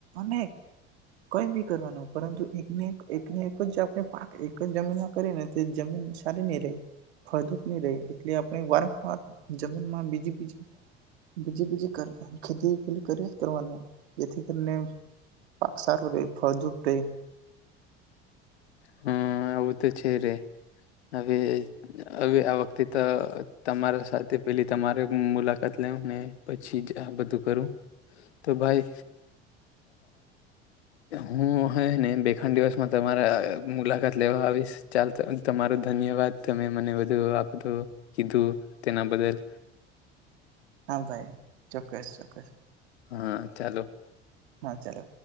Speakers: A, on the right; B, on the left.
A: ન કઈ બી કરવાનું પરંતુ એકને એક એકને એક જ આપણે પાક એક જ જમીનમાં કરીએ ને તે જમીન સારી નહી રહી. ફાયદો જ નહી ર રહે. એટલે આપણે વારંવાર જમીનમાં બજ બીજી બીજી ખેતી પે કરે કરવાનું જેથી કરીને પાકસાર ર ફળદુપ રે
B: હમ આવું તો છે રે હવે હવે આ વખતે તો તમારા સાથે પેલી તમારે મુલાકાત લેવ ને પછી જ આ બધું કરું. તો ભાઈ હું હ ને બેખાંડ દિવસમાં તમારા મુલાકાત લેવા આવીશ ચાલ તમારો ધન્યવાદ તમે મને બધું આપતું કીધું તેના બદલ
A: હા ભાઈ ચોક્કસ ચોક્કસ
B: હા ચાલો
A: હા ચાલો